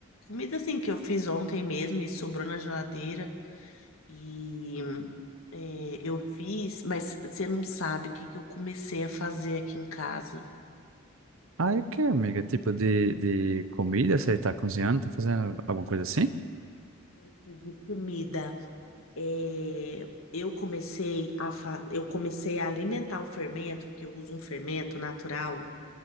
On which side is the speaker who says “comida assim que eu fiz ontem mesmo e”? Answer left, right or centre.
Left